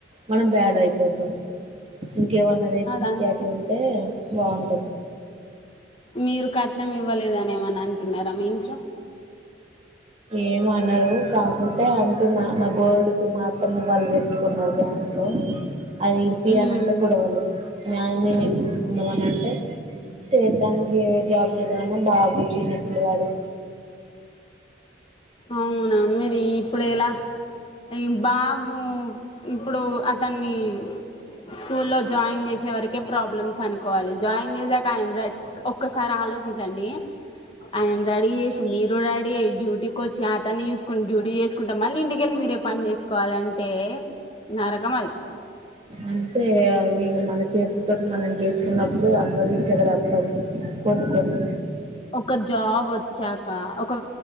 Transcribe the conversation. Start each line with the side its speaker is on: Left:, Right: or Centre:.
Right: మనం ం ఇంకేమన్నాది
Left: అదంతే
Right: చ చాటి ఉంటే బాగుంటది
Left: మీరు కట్నం ఇవ్వలేదనేమని అంటున్నార మీ ఇంట్లో
Right: ఏమన్నారు కాకుంటే అంటున్నా నా గోల్డ్ ఇప్పుడు మాఅత్తమ్మ వాళ్ళు పెట్టుకున్నారు బ్యా అది విడిపి
Left: ఉమ్
Right: అని అంటే గొడవలు నాది నేను విడిపించుకుందామ అని అంటే చేతానికి ఏ జాబ్ చేద్దమన్నా బాబు చిన్న పిల్లగాడు
Left: అవునా మరి ఇప్పుడు ఎలా ఎ బాబు ఇప్పుడు అతన్ని స్కూ లో జాయిన్ చేసే వరకే ప్రాబ్లమ్స్ అనుకోవాలి జాయిన్ చేసాక ఆయన రాడి ఒక్కసారి ఆలోచించండి ఆయన రెడీ చేసి మీరు రెడీ అయే డ్యూటీకి వచ్చి అతన్ని చూసుకుని డ్యూటీ చేసుకుంటా మళ్ళీ ఇంటికి వెళ్ళి మీరే పని చేసుకోవాలంటే అంటే నరకం అది
Right: అంటే అది మన చేతులతో మనం చేసుకున్నప్పుడు అనుభవించక తప్పదు కొన్నికొన్ని
Left: ఒక జాబ్ వచ్చాక ఒక